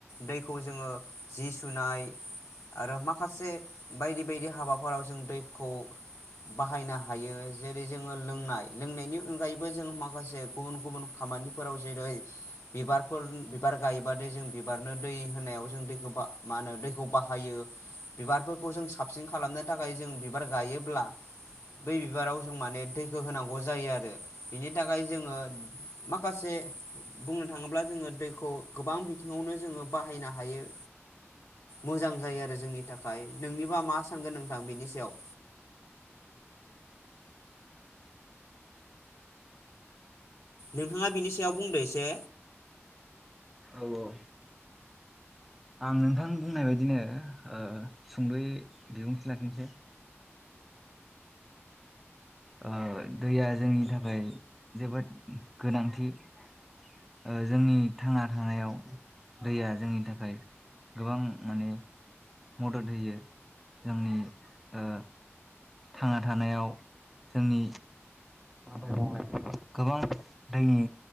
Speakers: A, on the left; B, in the centre.
A: दैखौ जोङो जि सुनाय आरो माखासे बायदि बायदि हाबाफोराव जों दैखौ बाहायनो हायो जेरै जोङो लोंनाय लोंनायनि अनगायैबो जों माखासे गुबुन गुबुन खामानिफोराव जेरै बिबारफोर बिबार गायबाथाय जों बिबारनो दै होनायाव जों दैखौ मा होनो दैखौ बाहायो बिबारफोरखौ जों साबसिन खालामनो थाखाय जों बिबार गायोब्ला बै बिबाराव जों माने दैखौ होनांगौ जायो आरो बिनि थाखाय जोङो माखासे बुंनो थाङोब्ला जोङो दैखौ गोबां बिथिङावनो जोङो बाहायनो हायो मोजां जायो आरो जोंनि थाखाय नोंनिबा मा सानगोन नोंथां बेनि सायाव नोंथाङा बिनि सायाव बुंदो एसे
B: औ औ आं नोंथां बुंनाय बायदिनो ओ सुंद' बिबुंथि लाखिनोसै। ओ दैया जोंनि थाखाय जोबोद गोनांथि ओ जोंनि थांना थानायाव दैया जोंनि थाखाय गोबां माने मदद होयो जोंनि ओ थांना थानायाव जोंनि मावनाय गोबां दैनि